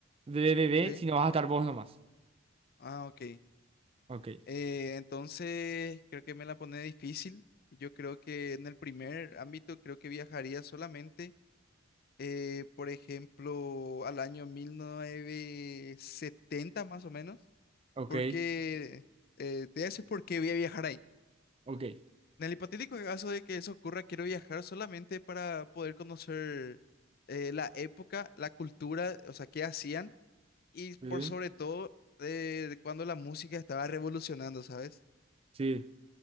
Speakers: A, on the right; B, on the left.
A: de bebé,
B: ¿sí?
A: sino vas a estar vos nomás.
B: Ah, ok.
A: Ok,
B: Eh, entonces, creo que me la pone difícil. Yo creo que en el primer ámbito, creo que viajaría solamente, eh, por ejemplo, al año 1970 más o menos,
A: ok,
B: porque eh, te voy a decir por qué voy a viajar ahí.
A: ok.
B: En el hipotético caso de que eso ocurra, quiero viajar solamente para poder conocer eh, la época, la cultura, o sea, qué hacían y
A: Sí,
B: por sobre todo eh, cuando la música estaba revolucionando, ¿sabes?
A: sí,